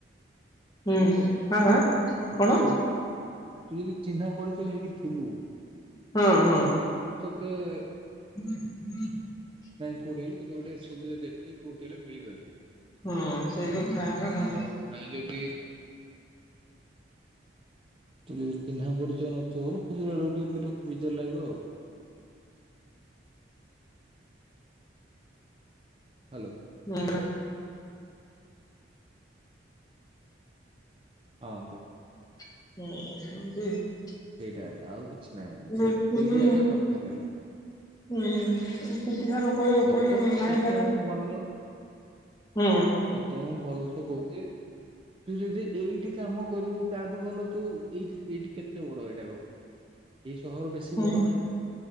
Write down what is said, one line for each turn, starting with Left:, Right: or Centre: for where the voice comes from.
Left: ହୁଁ
Right: ହେଲେ <unintelligible>
Left: ହଁ ହଁ କଣ?
Right: ତୁ - ଚିହ୍ନା ପରିଚୟ ହେଇକି ଥିବୁ
Left: ହଁ, ହଁ।
Right: <unintelligible>
Left: <unintelligible>
Right: କଉଠି ହେଲେ, ତୋତେ ଗୋଟେ ସୁବିଧା ଦେଖି, କୋଉଠି ହେଲେ ମିଳିପାରିବ।
Left: ହଁ ସେଇ କଥା ଏକା <unintelligible>
Right: ଆଉ ନାଇଁ ଯଦି ତୁ ଯଦି ଟିକେ ଚିହ୍ନା ପରିଚୟ ନଥିବୁ, ହେଲେ ଖୋଜିଲା ବେଳେ ଟିକେ ବି ବିଜାର ଲାଗିବ ଆଉ। ହ୍ୟାଲୋ।
Left: <unintelligible>
Right: ହଁ କହ।
Left: <unintelligible>
Right: ସେଇଟା ଆଜ୍ଞା। ଆଉ କିଛି ନାହିଁ।
Left: ଦେଖିକି
Right: ସେତିକି ଆଜ୍ଞା କଥାରେ ହେଲା।
Left: ହୁଁ ପିଟି ସାର୍ ଙ୍କୁ କହିବାକୁ
Right: ତତେ
Left: ପଡିବ ନହେଲେ
Right: ମୁଁ,
Left: ନାଇଁ
Right: ତତେ
Left: ସାର୍
Right: ମୁଁ ଭଲ,
Left: ହୁଁ
Right: ତତେ ମୁଁ ଭଲ ଶ କହୁଛି। ତୁ ଯଦି ଏଇଠି କାମ କରିବୁ, ତାଠୁ ଭଲ ତୁ ଏଇଠି, ଏଇଠି କେତେ ବଡ ଏଇଟାକୁ
Left: <inaudible>
Right: ଏଇ ସହର ବେଶୀ
Left: ହୁଁ
Right: ବଡ ନାହିଁ।